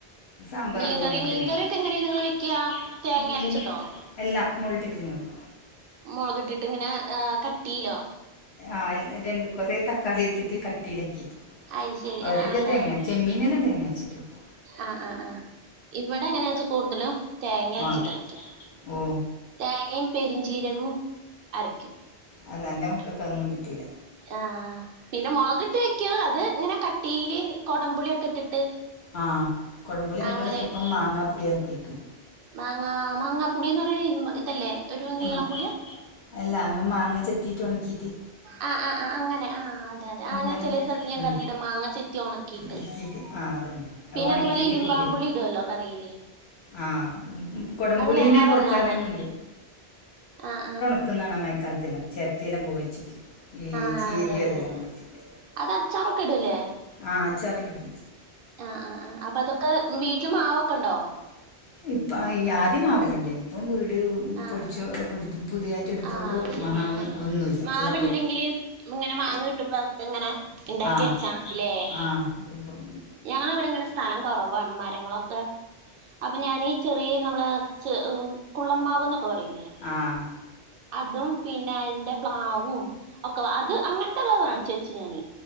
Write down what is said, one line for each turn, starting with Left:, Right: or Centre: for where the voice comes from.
Left: സാമ്പാറു
Right: മീൻകറി
Left: അങ്ങൻതെനും
Right: മീൻകറിയൊക്കെ
Left: വെക്ക. മീൻകറി,
Right: എങ്ങനെയാ
Left: മീൻ കറി എങ്ങനെണ്
Right: വെക്ക
Left: നിങ്ങള് വെക്യാ.
Right: തേങ്ങ
Left: തേങ്ങര്ച്ച്ട്ടൊ.
Right: അരച്ചിട്ടോ
Left: അല്ല. മോള് ഇട്ട്ട്ടെന്നെ വെക്ക
Right: മുളക് ഇട്ടിട്ട് ഇങ്ങനെ കട്ടീലോ
Left: ആഹ്. എൽ രണ്ട് കൊറേ തക്കാളി ഇട്ടിട്ട് കട്ടീലാക്കീറ്റ്
Right: അയ് ശെരി
Left: അവരൊക്കെ
Right: ആഹ് ആഹ് അങ്ങനെ
Left: തെങ്ങ. ചെമ്മീനെല്ലാം തെങ്ങാര്ച്ചിട്ട് വെക്കും
Right: ആഹ് ആഹ് ആഹ്. ഇവടെ എങ്ങനെയാച്ചാ കൂട്തലും തേങ്ങ അര്ച്ചിട്ടാ
Left: ആഹ്
Right: വെയ്ക്ക.
Left: ഓഹ്
Right: തേങ്ങയും പെരിഞ്ചീരകവും അരക്കും
Left: അതെ എൻ്റെ മക്കൾക്ക് അത് ഒന്നും പറ്റൂല്ല
Right: ആഹ്. പിന്നെ മുളക് ഇട്ട് വെകും. അത് ഇങ്ങനെ കട്ടീല് കൊടം പുളിയൊക്കെ ഇട്ടിട്ട്
Left: ആ കൊടംമ്പുളി നമ്മള്
Right: അങ്ങനെ വെക്കും
Left: ഇപ്പം മാങ്ങാ പുളിയാകീക്ക്
Right: മാങ്ങാ മാങ്ങാപ്പുളി എന്ന് പറയ് ഇര് ഇതല്ലേ ഒരു നീളം
Left: അമ്മ
Right: പുളി ആ
Left: അല്ല നമ്മ മാങ്ങ ചെത്തീറ്റ് ഒണക്കീറ്റ്.
Right: ആഹ് ആഹ് ആ അങ്ങനെ. ആഹ് അതെ അതെ ആ ഞാൻ
Left: പറയുന്നെ
Right: ചെലേ സെൽത്ത് ഞാൻ
Left: ഉം
Right: കണ്ടീണ്ട്‌ മാങ്ങ ചെത്തി ഒണക്കീട്ട്
Left: ഉണക്കിയിട്ട് ആഹ് അതന്നെ അത്
Right: പിന്നെ
Left: ഉണക്കിയിട്ട്
Right: അതുപോലെ ഇരുമ്പാബുളി
Left: കുപ്പില്
Right: ഇടൊല്ലോ കറീല്.
Left: ആഹ്. മ് മ്. കൊടപുളിന്നെ
Right: വേറൊന്നാണ്
Left: പൊർക്കാനെലോം ഉണ്ട്.
Right: ആഹ് ആഹ്.
Left: ക്കുന്നാണ് മയക്കാൽത്തെല്ലാം. ചെര്റ്റെല്ലാം പൂകവെച്ചിട്ട്. ഈ
Right: ആഹ്.
Left: ചീരിയും
Right: അതെ അതെ
Left: അതെല്ലാം
Right: അതെ.
Left: പോയിച്ചിട്ട്
Right: അത് അച്ചാറൊക്കെ ഇടു അല്ലേ.
Left: ആഹ്. ആച്ചാറെല്ലാം ഇടും
Right: ആഹ് ആഹ് ആഹ്. അപ്പൊ അതൊക്കെ വീട്ടില് മാവൊക്കെ ഉണ്ടോ
Left: ഇപ്പം ഈ ആദ്യം മാവെല്ലാം ഉണ്ടായിനി ഇപ്പം വീട്
Right: ആഹ്
Left: പൊളിച്ച്
Right: ആഹ്
Left: എട്ത് പുതിയായിറ്റ് എട്ത്തൊണ്ട്
Right: ആഹ് അത് ശരി
Left: മാവ്
Right: ആഹ്
Left: ഒന്നുല്ല
Right: മാവുണ്ടെങ്കില്
Left: എല്ലാം പോയി.
Right: ഇങ്ങനെ മാങ്ങ കിട്ടുമ്പോ ഒക്കെ ഇങ്ങനെ ഇണ്ടാക്കി
Left: ആഹ്
Right: വെച്ചാ മതില്ലേ
Left: ആഹ് ഇപ്പം
Right: ഞങ്ങളെ ഇവിടെ ഇങ്ങനെ സ്ഥലം കൊറവാണ് മരങ്ങളൊക്കെ അപ്പൊ ഞാനീ ചെറിയ നമ്മളെ ച കുള്ളമാവ് എന്നൊക്കെ പറയില്ലേ.
Left: ആഹ്
Right: അതും പിന്നെ അതിന്റെ പ്ലാവും ഒക്കെ അത് അങ്ങനത്തെള്ളത് വാങ്ങിച്ചു വെച്ചു ഞാന്.